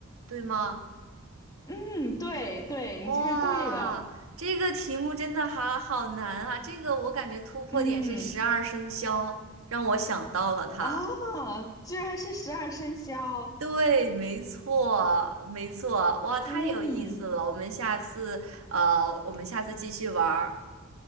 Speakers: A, on the right; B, on the left.
A: 对吗？
B: 嗯，对对，
A: 哇，
B: 你猜对了。
A: 这个题目真的好好难啊！这个我感觉突破点是十二生肖，
B: 嗯，
A: 让我想到了它。
B: 哦，居然是十二生肖。
A: 对，没错，没错，哇，太有意思了！
B: 嗯
A: 我们下次呃，我们下次继续玩儿。